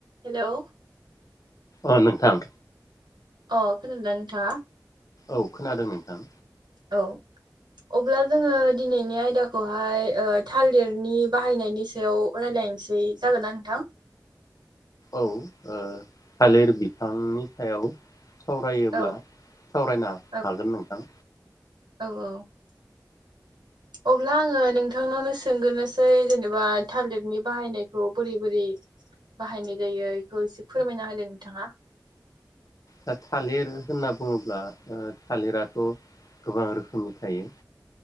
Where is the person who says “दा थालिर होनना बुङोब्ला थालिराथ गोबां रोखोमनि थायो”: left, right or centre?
Left